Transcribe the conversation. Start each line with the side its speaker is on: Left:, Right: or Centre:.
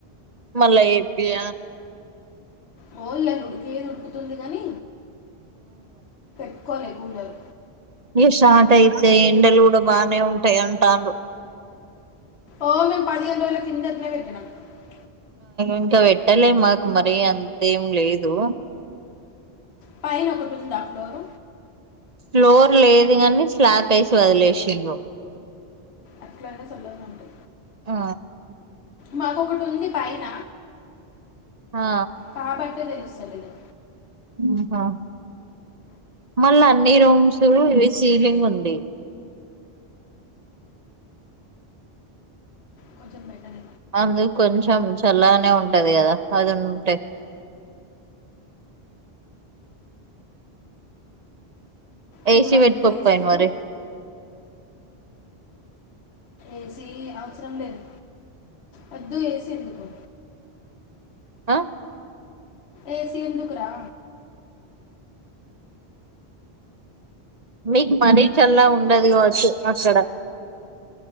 Right: మళ్ళ చేపియ్యాలే
Left: <unintelligible> ఉడికెది ఉడుకుతుంది కానీ <unintelligible> కొలె కూలర్
Right: ఈ షార్ట్ అయితే ఎండలు కూడా బానే ఉంటాయి అంటారు
Left: ఓ మేం పదిహేను రోజుల కిందట్లే పెట్టినం <unintelligible>
Right: ఇంకా వెట్ ట్టలేే మాకు మరీ అంతేం లేదు
Left: పయనా ఒకటుండదా ఫ్లోర్
Right: ఫ్లోర్ లేదు గని స్లాబ్ వేసి వదిలేసిండ్రు
Left: అట్లాయినా సల్లగుంటది
Right: ఆ
Left: మాకొకటి ఉంది పైన
Right: ఆ
Left: కాబట్ట తెలుస్తలేదు
Right: ఆ హా మళ్ళా అన్ని రూమ్స్ ఇవి సీలింగ్ ఉంది
Left: కొంచెం బెటర్
Right: అందుకు కొంచెం చల్లనే ఉంటది కదా అది ఉంటే
Left: కూర
Right: ఏసీ వేట్
Left: అంతా
Right: కోకపోఇండ్రు
Left: వేసుకున్నా
Right: మరి
Left: ఏసీ అవసరం లేదు వద్దు ఏసీ ఎందుకు
Right: అ
Left: ఏసి ఎందుకురా
Right: మీకు మరీచల్లా ఉండదు కాచ్చు అక్కడ